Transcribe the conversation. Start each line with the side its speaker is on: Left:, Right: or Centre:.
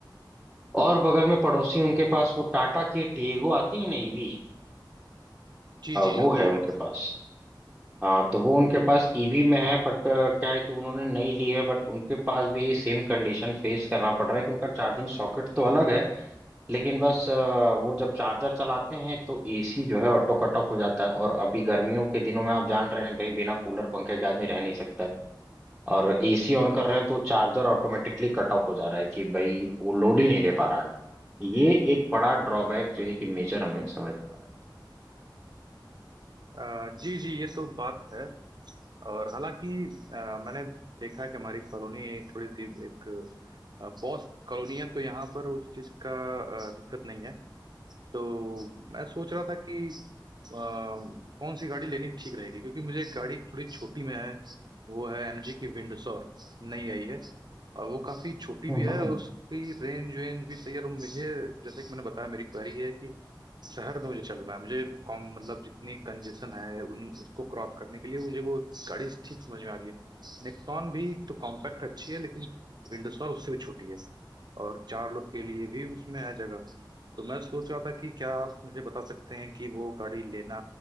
Centre: और बगल में पड़ोसी उनके पास वो टाटा की टीगो आती है ना ईवी
Right: जी जी
Centre: वो
Right: आती
Centre: है उनके
Right: है
Centre: पास हाँ तो वो उनके पास ईवी में है बट क्या है कि उन्होंने नई ली है बट उनके पास भी सेम कंडीशन फेस करना पड़ रहा है कि उनका चार्जिंग सॉकेट तो अलग है लेकिन बस अ, वो जब चार्जर चलाते हैं तो एसी जो है ऑटो कट ऑफ हो जाता है और अभी गर्मियों के दिनों में आप जान रहे हैं भाई बिना कूलर पंखे के आदमी रह नहीं सकता है और एसी ऑन कर रहे हैं तो चार्जर ऑटोमेटिकली कट ऑफ हो जा रहा है कि भाई वो लोड ही नहीं ले पा रहा है ये एक बड़ा ड्रॉबैक जो है कि मेजर हमें समझ में आ रहा है
Right: अ, जी जी ये तो बात है और हालांकि अ, मैंने देखा कि हमारी कॉलोनी थोड़ी सी एक पॉश कॉलोनी है तो यहाँ पर उस चीज़ का अ, दिक्कत नहीं है तो मैं सोच रहा था कि अ, कौन सी गाड़ी लेनी ठीक रहेगी क्योंकि मुझे एक गाड़ी थोड़ी छोटी में है वो है एमजी की विंडसर नई आई है और वो काफ़ी छोटी
Centre: हम्म।
Right: भी है और उसकी रेंज वेंज भी सही है और मुझे जैसे कि मैंने बताया मेरी क्वेरी है कि शहर में मुझे चलना है मुझे कॉम मतलब जितनी कंजेशन है उन उसको क्रॉस करने के लिए मुझे वो गाड़ी ठीक समझ में आ रही है नेक्सॉन भी तो कॉम्पैक्ट अच्छी है लेकिन विंडसर उससे भी छोटी है और चार लोग के लिए भी उसमें है जगह तो मैं सोच रहा था कि क्या आप मुझे बता सकते हैं कि वो गाड़ी लेना